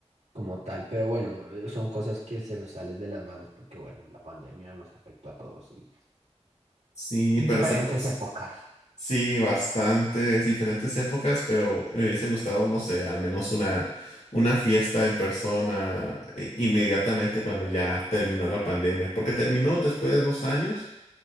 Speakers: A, on the right (about 75°); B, on the left (about 75°).
A: como tal, pero bueno, eh, son cosas que se nos salen de las manos porque bueno, la pandemia nos afectó a todos y
B: Sí, pero
A: diferentes
B: se pasó.
A: épocas.
B: Sí, bastantes diferentes épocas, pero me hubiese gustado, no sé, al menos una, una fiesta en persona eh, inmediatamente cuando ya terminó la pandemia, porque terminó después de dos años,